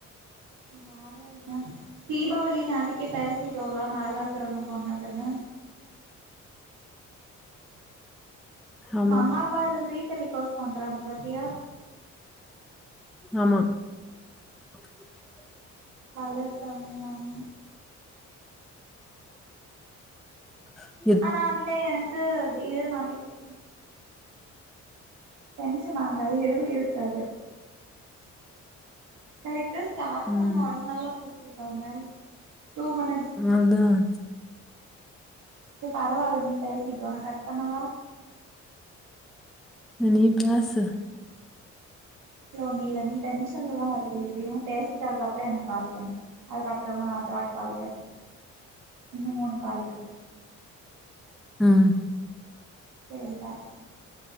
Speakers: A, on the right; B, in the centre.
A: வேற என்ன தீபாவளி நேத்திக்கே பேசிட்டோல நரகாசுரன கொன்னதுன்னு
B: ஆமா
A: மகாபாரதம் ரீ டெலிகாஸ்ட் பண்றாங்க பாத்தியா
B: ஆமா பிளாங்க்
A: கலர்ஸ் தமிழ் அம்
B: ஆ
A: ஆனா அதுல எனக்கு இதே டாப்பிக்கு டென்ஷன் ஆகாத எதுவு இருக்காது கரெக்டா ஸ்டார்ட்
B: ம்
A: பண்ண ஒடனேல்லா கூட்டுருக்காங்க டு மினிடா
B: அதான்
A: சேர் பரவால்ல நீ பேசிக்க நா கட் பண்ணவா
B: நீ பேசு
A: ஹலோ நீ இல்ல நீ டென்ஷன்ல எல்லா இருக்கு எப்படியு பேசிட்டு அதுக்கப்புறோ எனக்கு கால் பண்ணு அதுக்கப்புறமா அடுத்தவாட் கால் பேசலா இன்னு மூணு கால் இருக்கு
B: ம்
A: சேரி பாரு